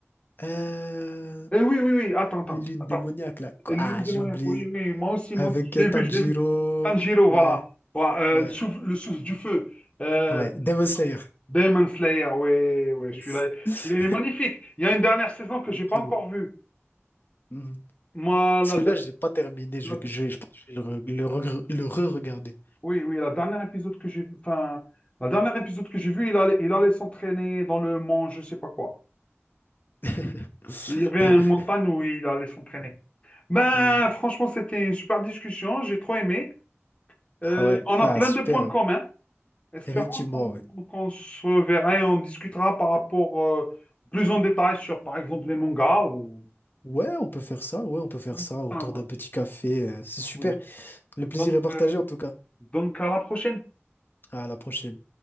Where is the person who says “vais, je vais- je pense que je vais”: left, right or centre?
Left